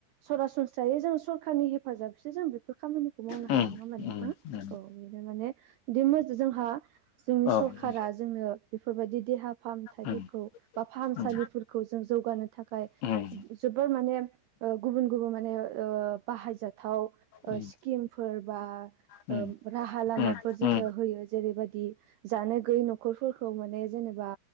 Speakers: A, on the right; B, on the left.
A: सरासनस्रायै जों सर खारनि हेफाजाबसो जों बेफोर खामानिखौ मावनो
B: उम
A: हायो नङा होमा नोंथाङा
B: उम उम
A: औ बेनो माने दिमोजो जों हा जोंनि
B: औ उम
A: सरखारा जोंनो बेफोरबायदि देहा फाहामथायफोरखौ
B: उम
A: बा फाहामसालिफोरखौ
B: उम
A: जों जौगानो थाखाय
B: उम उम
A: जोबोर माने गुबुन गुबुन माने ओ बाहायजाथाव ओ
B: उम
A: स्किमफोर बा
B: उम
A: ओ राहा लामा
B: उम
A: फोर जोंनो
B: उम
A: होयो जेरैबायदि जानो गैयै न'खरफोरखौ माने जेनेबा